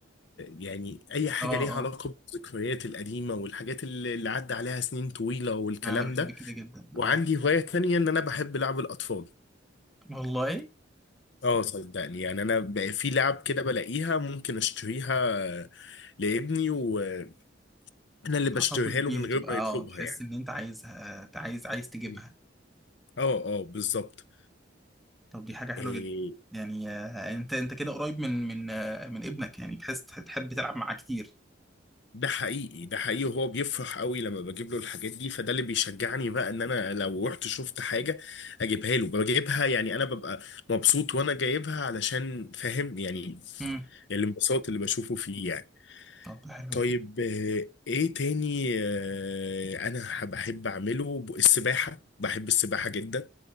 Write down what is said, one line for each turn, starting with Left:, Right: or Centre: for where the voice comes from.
Left: يعني اي حاجه
Centre: اه
Left: ليها
Centre: اه
Left: علاقه بالذكريات القديمه والحاجات اللي اللي عدى عليها سنين طويله والكلام
Centre: أنا بحب
Left: ده
Centre: كده جدا
Left: وعندي
Centre: اه
Left: هوايه تانية ان انا بحب لعب الاطفال
Centre: والله
Left: اه صدقني يعني انا بقى في لعب كده بلاقيها ممكن اشتريها لابني وانا اللي بشتريها
Centre: تحتفظ بيها
Left: له من غير
Centre: تبقى
Left: ما
Centre: اه
Left: يطلبها
Centre: تحس
Left: يعني
Centre: إن أنت عايزها أنت عايز عايز تجيبها
Left: م. اه اه بالظبط
Centre: طب دي حاجة حلوة
Left: إيه
Centre: جدا يعني آه، أنت أنت كده قريب من من آه، من ابنك يعني تحس تحب تلعب معاه كتير
Left: ده حقيقي ده حقيقي وهو بيفرح قوي لما بجيب له الحاجات دي فده اللي بيشجعني بقى ان انا لو رحت شفت حاجة اجيبها له بجيبها يعني انا ببقى مبسوط وانا جايبها علشان فاهم يعني
Centre: مم.
Left: الانبساط اللي بشوفه فيه يعني
Centre: طب ده حلو
Left: طيب
Centre: جدا
Left: آه، ايه تاني آه، انا ح- بحب اعمله ب- السباحة بحب السباحة جدا